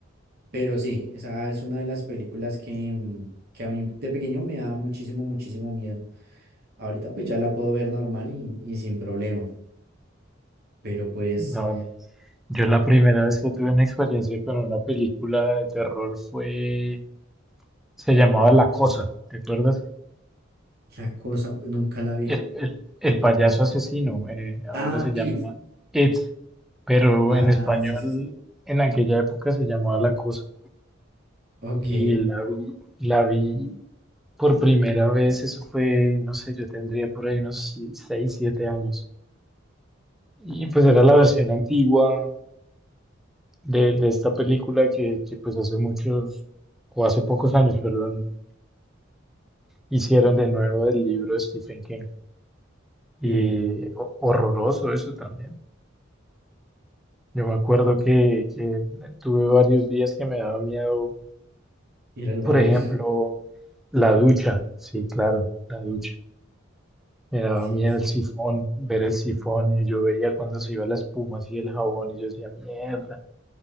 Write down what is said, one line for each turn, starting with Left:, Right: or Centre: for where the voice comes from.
Right: Pero sí, esa es una de las películas que, mm, que a mí de pequeño me daba muchísimo, muchísimo miedo. Ahorita pues ya la puedo ver normal y, y sin problema. Pero pues
Centre: No, a mí- Yo la primera vez que tuve una experiencia con una película de terror fue, se llamaba La Cosa, ¿te acuerdas?
Right: la cosa, nunca la vi.
Centre: El, el- el payaso asesino, eh,
Right: Ah,
Centre: ahora se llama
Right: It.
Centre: It, pero
Right: Ah,
Centre: en español
Right: sí, sí, sí.
Centre: en aquella época se llamaba La Cosa.
Right: Ok,
Centre: Y la vi, la vi por primera vez, eso fue, no sé, yo tendría por ahí unos si, 6, 7 años. Y pues era la versión antigua, de, de esta película que, que, pues hace muchos, o hace pocos años, perdón, hicieron de nuevo del libro de Stephen King. Y
Right: sí,
Centre: ho- horroroso eso también. Yo me acuerdo que, que tuve varios días que me daba miedo,
Right: ir al baño.
Centre: por ejemplo,
Right: <laughs>
Centre: la ducha. Sí, claro, la ducha. Me daba
Right: Sí,
Centre: miedo
Right: sí.
Centre: el sifón, ver el sifón y yo veía cuando se iba la espuma así el jabón y yo decía, mierda,